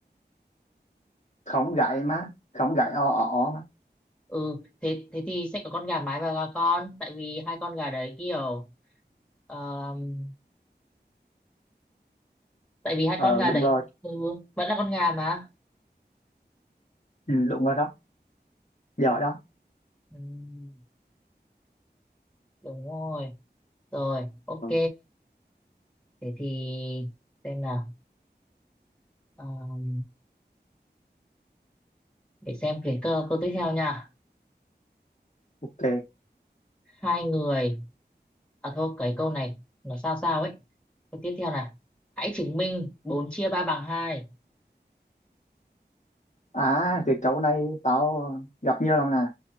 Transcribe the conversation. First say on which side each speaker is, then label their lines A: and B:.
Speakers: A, on the left; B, in the centre.
A: không gãy mà không gãy o ó ó mà
B: ừ thế thế thì sẽ có con gà mái và gà con tại vì hai con gà đấy kiểu ờm, tại vì hai
A: ờ
B: con gà
A: đúng
B: đấy
A: rồi
B: ừ, vẫn là con gà mà
A: ừ, đúng rồi đó giỏi đó
B: Ừm, đúng rồi rồi ok
A: ừ,
B: thế thì xem nào Ờm, để xem cái câu, câu tiếp theo nha
A: ok
B: hai người à thôi cái câu này nó sao sao ấy Câu tiếp theo này. Hãy chứng minh 4 chia ba bằng hai,
A: à cái câu này tao gặp nhiều lần nè